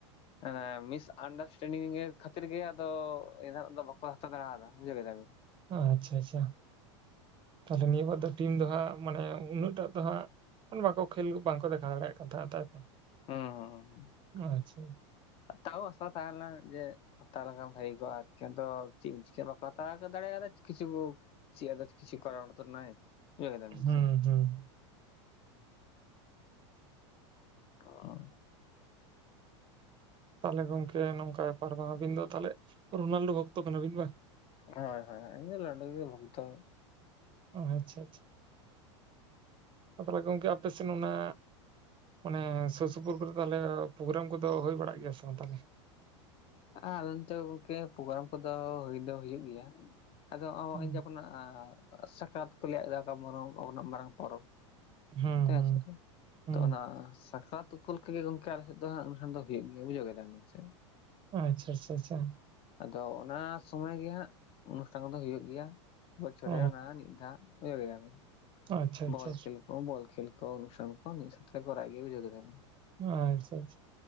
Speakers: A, on the left; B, on the right.
A: ᱮᱸ ᱢᱤᱥ ᱟᱱᱰᱟᱨᱥᱴᱮᱱᱰᱤᱝ ᱜᱮ ᱠᱷᱟᱹᱛᱤᱨ ᱜᱮ ᱟᱫᱚ ᱤᱱᱟᱹᱜ ᱫᱚ ᱵᱟᱠᱚ ᱦᱟᱛᱟᱣ ᱫᱟᱲᱮᱣᱟᱫᱟ᱾ ᱵᱩᱡᱦᱟᱹᱣ ᱠᱮᱫᱟ ᱵᱮᱱ
B: ᱚᱸ ᱟᱪᱪᱷᱟ ᱟᱪᱪᱷᱟ, ᱛᱟᱦᱚᱞᱮ ᱱᱤᱭᱟᱹ ᱵᱟᱨ ᱫᱚ ᱴᱤᱢ ᱫᱚ ᱦᱟᱸᱜ ᱢᱟᱱᱮ ᱩᱱᱟᱹᱜᱴᱟᱜ ᱫᱚ ᱦᱟᱸᱜ ᱱᱚᱣᱟ ᱠᱚ ᱠᱷᱮᱞ ᱵᱟᱝᱠᱚ ᱫᱮᱠᱷᱟᱣ ᱫᱟᱲᱮᱭᱟᱜ ᱠᱟᱱ ᱛᱟᱦᱮᱸᱱᱟ ᱱᱮᱛᱟᱨ ᱫᱚ᱾
A: ᱦᱩᱸ ᱦᱩᱸ ᱦᱩᱸ ᱦᱩᱸ᱾
B: ᱟᱪᱪᱷᱟ,
A: ᱛᱟᱣᱚ ᱟᱥᱟ ᱛᱟᱦᱮᱸᱞᱮᱱ ᱡᱮ, ᱦᱟᱛᱟᱣ ᱞᱮᱠᱷᱟᱱ ᱵᱷᱟᱜᱮ ᱠᱚᱜ-ᱟ ᱟᱨᱠᱤ ᱟᱫᱚ ᱪᱮᱜ ᱵᱤᱱ ᱪᱤᱠᱟᱹ ᱵᱟᱠᱚ ᱦᱟᱛᱟᱣ ᱫᱟᱲᱮ <unintelligible> ᱠᱤᱪᱷᱩ ᱠᱚ ᱪᱮᱜ ᱟᱫᱚ ᱠᱤᱪᱷᱩ ᱠᱚ ᱟᱨ ᱨᱚᱲ ᱛᱚ ᱱᱟᱭ ᱵᱩᱡᱷᱟᱹᱣ ᱠᱮᱫᱟ ᱵᱤᱱ
B: ᱦᱩᱸ
A: ᱥᱮ
B: ᱦᱩᱸ᱾
A: ᱚ,
B: ᱛᱟᱦᱚᱞᱮ ᱜᱚᱝᱠᱮ ᱱᱚᱝᱠᱟᱭ ᱯᱟᱨᱚᱢᱟ ᱟᱹᱵᱤᱱ ᱫᱚ ᱛᱟᱦᱚᱞᱮ ᱨᱳᱱᱟᱞᱰᱳ ᱵᱷᱚᱠᱛᱚ ᱠᱟᱱᱟᱵᱤᱱ ᱵᱟᱝ᱾
A: ᱦᱳᱭ ᱦᱳᱭ ᱦᱳᱭ ᱤᱧ ᱜᱮ ᱨᱳᱱᱟᱞᱰᱳ ᱵᱷᱚᱛᱚ,
B: ᱚ ᱟᱪᱪᱷᱟ ᱟᱪᱪᱷᱟ᱾ ᱟ ᱛᱟᱦᱚᱞᱮ ᱜᱚᱝᱠᱮ ᱟᱯᱮ ᱥᱮᱱ ᱚᱱᱟ ᱢᱟᱱᱮ ᱥᱩᱨ ᱥᱩᱯᱩᱨ ᱠᱚᱨᱮ ᱛᱟᱦᱚᱞᱮ ᱯᱨᱳᱜᱨᱟᱢ ᱠᱚᱫᱚ ᱦᱩᱭ ᱵᱟᱲᱟᱜ ᱜᱮᱭᱟ ᱥᱮ ᱵᱟᱝ ᱛᱟᱦᱚᱞᱮ?
A: ᱟ ᱱᱤᱛᱚᱜ ᱜᱚᱝᱠᱮ ᱯᱨᱳᱜᱨᱟᱢ ᱠᱚᱫᱚ ᱦᱩᱭ ᱫᱚ ᱦᱩᱭᱩᱜ ᱜᱮᱭᱟ᱾ ᱟᱫᱚ ᱦᱚᱸᱜ-ᱚᱭ
B: ᱦᱩᱸ
A: ᱡᱮᱵᱚᱱᱟᱜ ᱥᱟᱠᱨᱟᱛ ᱠᱚ <unintelligible> ᱟᱵᱚᱱᱟᱜ ᱢᱟᱨᱟᱝ ᱯᱚᱨᱚᱵᱽ
B: ᱦᱩᱸ
A: ᱴᱷᱤᱠ ᱟᱪᱮ ᱨᱮ,
B: ᱦᱩᱸ
A: ᱛᱚ ᱚᱱᱟ ᱥᱟᱠᱨᱟᱛ ᱛᱩᱯᱚᱞ <unintelligible> ᱜᱚᱝᱠᱮ ᱟᱞᱮᱥᱮᱜ ᱫᱚ ᱦᱟᱸᱜ ᱚᱱᱩᱥᱴᱟᱱ ᱫᱚ ᱦᱩᱭᱩᱜ ᱜᱮᱭᱟ ᱵᱩᱡᱷᱟᱹᱣ ᱠᱮᱫᱟᱵᱤᱱ ᱥᱮ,
B: ᱟᱪᱪᱷᱟ ᱟᱪᱪᱷᱟ ᱟᱪᱪᱷᱟ᱾
A: ᱟᱫᱚ ᱚᱱᱟ ᱥᱚᱢᱚᱭ ᱜᱮ ᱦᱟᱸᱜ ᱚᱱᱩᱥᱴᱷᱟᱱ ᱠᱚᱫᱚ ᱦᱩᱭᱩᱜ ᱜᱮᱭᱟ᱾ ᱵᱚᱪᱷᱚᱨ
B: ᱚ
A: ᱨᱮ ᱚᱱᱟ ᱢᱤᱜ ᱫᱷᱟᱣ ᱵᱩᱡᱦᱟᱹᱣ ᱠᱮᱫᱟ ᱵᱤᱱ᱾
B: ᱟᱪᱪᱷᱟ ᱟᱪᱪᱷᱟ ᱟᱪᱪᱷᱟ
A: ᱵᱚᱞ
B: ᱟᱪᱪᱷᱟ
A: ᱠᱷᱮᱞ ᱠᱚ ᱵᱚᱞ ᱠᱷᱮᱞ ᱠᱚ ᱚᱱᱩᱥᱴᱟᱱ ᱠᱚ ᱢᱤᱜ ᱥᱟᱶᱛᱮ ᱠᱚᱨᱟᱣ ᱜᱮᱭᱟ ᱵᱩᱡᱷᱟᱹᱣ ᱠᱮᱫᱟ ᱵᱤᱱ᱾
B: ᱟᱪᱪᱷᱟ ᱟᱪᱪᱷᱟ᱾